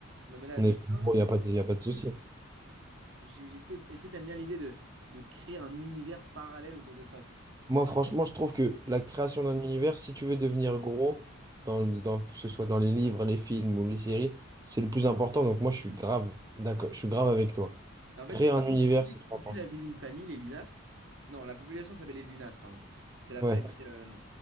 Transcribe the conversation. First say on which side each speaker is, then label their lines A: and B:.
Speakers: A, on the right (about 60°); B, on the right (about 15°).
A: Non, mais là,
B: on
A: le-
B: est il
A: Hein,
B: n'y a pas de, y a pas de souci.
A: j'ai- est-ce que est-ce que tu aimes bien l'idée de, de créer un univers parallèle autour de ça, tu vois?
B: Moi, franchement, je trouve que la création d'un univers, si tu veux devenir gros, dans, le- dans- que ce soit dans les livres, les films ou les séries, c'est le plus important. Donc, moi, je suis grave, d'accord, je suis grave avec toi.
A: Et en fait,
B: Créer
A: justement,
B: un univers,
A: tu
B: c'est
A: suis
B: trop
A: tu
B: important.
A: suis la vie d'une famille, les Lunas. Non, la population s'appelle les Lunas, pardon. C'est la
B: Ouais.
A: famille... euh,